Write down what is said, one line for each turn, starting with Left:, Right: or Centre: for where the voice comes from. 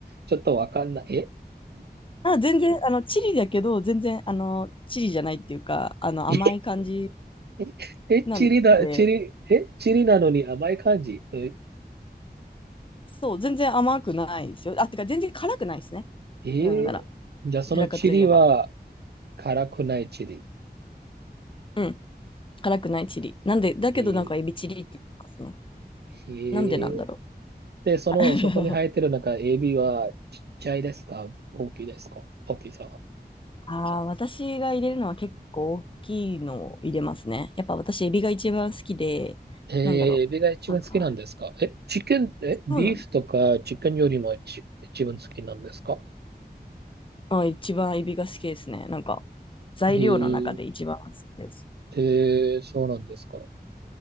Right: ちょっとわかんない。え、
Left: あ、全然、あの、チリだけど、全然、あの、チリじゃないっていうか、あの、甘い感じ
Right: ええ、えチリだ、
Left: なんで、
Right: チリ、え、チリなのに甘い感じ。とえ
Left: そう、全然甘くないですよ。あ、てか、全然辛くないですね。
Right: ー
Left: なんなら、
Right: じゃあそのチリは
Left: どちらかといえば。
Right: 辛くないチリ。
Left: うん、辛くないチリ。なんで、だけどなんかエビチリって言いますね。
Right: えーえー
Left: なんでなんだろ
Right: で、その、
Left: う。<laughs>
Right: そこに生えてるなんかエビはちっちゃいですか大きいですか大きさは。
Left: ああ、私が入れるのは結構大きいのを入れますね。やっぱ私、エビが一番好きで、
Right: えー、
Left: なんだろう。
Right: エビが一番好きなんですかえ、
Left: なんか、
Right: チキン、え、ビーフとかチキンよりも一一番好きなんですか
Left: そうなんあ、一番エビが好きですね。なんか、材料の中で一番好きです。
Right: えー、えーそうなんですか